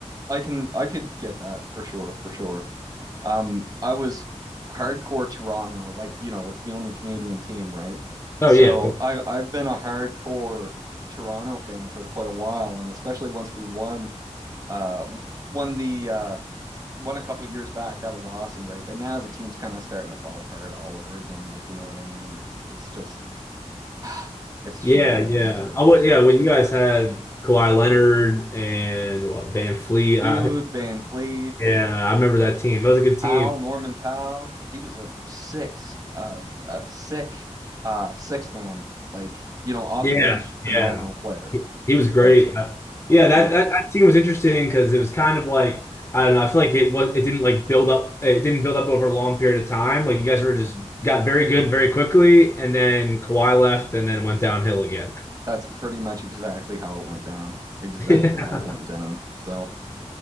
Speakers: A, on the right; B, on the left.
A: I can I could get that for sure, for sure. Um, I was hardcore Toronto, like you know, it's the only Canadian team, right?
B: Oh
A: So
B: yeah,
A: I I've been a hardcore Toronto fan for quite a while, and especially once we won uh won the uh won a couple years back. That was awesome, right? But now the team's kind of starting to fall apart all over again. Like, you know what I mean? It's it's just <sighs> it's a shame,
B: yeah,
A: but
B: yeah.
A: it is what it
B: I would,
A: is,
B: yeah.
A: right?
B: Well, you guys had Kawhi Leonard and what, Van Fleet.
A: Dude,
B: I,
A: Van Fleet,
B: yeah, I remember that team. That was a good
A: Powell,
B: team.
A: Norman Powell. He was a six, uh, a sick, uh, six man. Like, you know, off
B: Yeah,
A: the bench, phenomenal
B: yeah.
A: player.
B: He he was
A: So
B: great. Uh, Yeah, that,
A: yeah,
B: that that team was interesting because it was kind of like I don't know. I feel like it was it didn't like build up. It didn't build up over a long period of time. Like you guys were just got very good very quickly, and then Kawhi left, and then went downhill again.
A: that's pretty much exactly how it went down. Exactly
B: <laughs> Yeah.
A: how it went down. So,